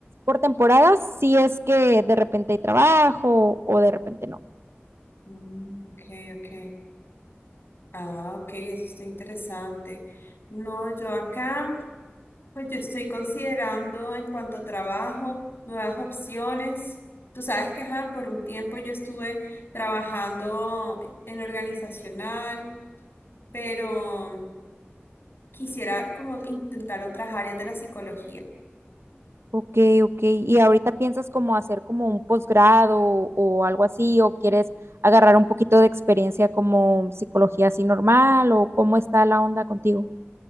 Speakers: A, on the right; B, on the left.
A: por temporadas sí es que de repente hay trabajo o de repente no.
B: Mm, ok, ok. Ah, ok, eso está interesante. No, yo acá, pues yo estoy considerando en cuanto a trabajo, nuevas opciones. Tú sabes que, ajá, por un tiempo yo estuve trabajando en organizacional, pero quisiera como intentar otras áreas de la psicología.
A: Ok, ok. ¿Y ahorita piensas como hacer como un posgrado o algo así o quieres agarrar un poquito de experiencia como psicología así normal o cómo está la onda contigo?